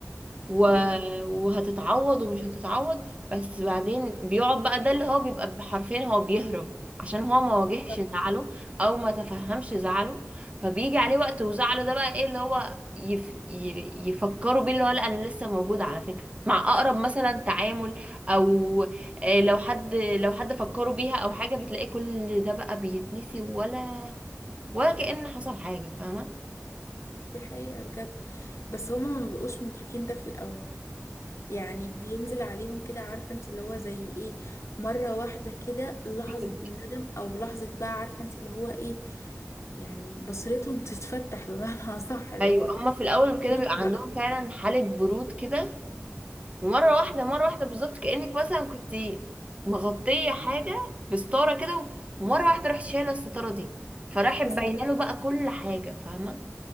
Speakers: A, on the right; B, on the left.
A: و...
B: امم
A: وهتتعوض ومش هتتعوض بس بعدين بيقعد بقى ده اللي هو بيبقى حرفيا هو بيهرب عشان هو ما واجهش
B: صح
A: زعله او ما تفهمش زعله فبيجي عليه وقت وزعله ده بقى ايه اللي هو يف... ي- يفكروا بيه اللي هو لا انا لسه موجود على فكرة مع اقرب مثلا تعامل او آه، لو حد لو حد فكروا بيها او حاجة بتلاقيه كل ده بقى بيتنسي ولا ولا كأن حصل حاجة فاهمة
B: دي حقيقة بجد بس هما ما بيبقوش مدركين ده في الاول يعني بينزل عليهم كده عارفة انت اللي هو زي ايه مرة واحدة كده لحظة
A: مم.
B: الندم او لحظة بقى عارفة انت اللي هو ايه يعني بصيرتهم <laughs> تتفتح بمعنى صح اللي
A: ايوه
B: هو
A: هما في الاول كده
B: بقيت
A: بيبقى
B: بقى
A: عندهم فعلا حاله برود كده ومره واحده مره واحده بالظبط كانك مثلا كنت مغطيه حاجه بستاره كده ومره واحده رحت شايله الستاره دي فراحت
B: بس
A: باينه له بقى كل حاجه فاهمه